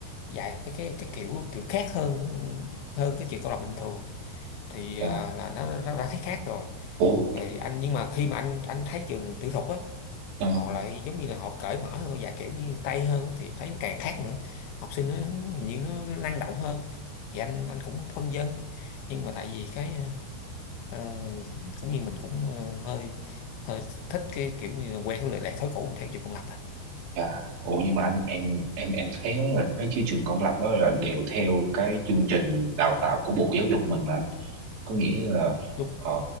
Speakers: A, on the left; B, on the right.
A: dạy một cái cái cái kiểu kiểu khác hơn hơn cái trường công lập bình thường thì
B: dạ
A: ờ, là nó nó đã thấy khác rồi
B: ủa
A: rồi anh nhưng mà khi mà anh anh thấy trường tư thục á
B: ờ,
A: họ lại giống như là họ cởi mở hơn và kiểu như Tây hơn á, thì thấy nó càng khác nữa học sinh nó như nó năng động hơn thì anh anh cũng phân vân nhưng mà tại vì cái ờ, ờ, cũng như mình cũng ờ, hơi hơi thích cái kiểu như là quen cái lề lề thói cũ theo chiều công lập à
B: dạ ủa nhưng mà anh em em em thấy là mấy cái trường công lập đó là đều theo cái chương trình đào tạo của Bộ Giáo dục mình mà có nghĩa là
A: đúng
B: ờ,